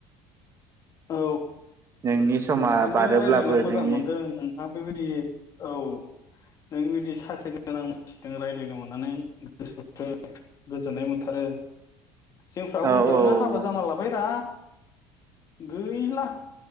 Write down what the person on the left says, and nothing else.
औ
नोंथांजों
रायज्लायना मोजां
मोनदों नोंथाङा बेबायदि औ नों बिदि साख्रि गोनां मानसिजों रायज्लायनो हनानै गोस गोजोननाय मोनथारो जोंफ्रा
उन्दैयावनो
हाबा जाना लाबायरा गैला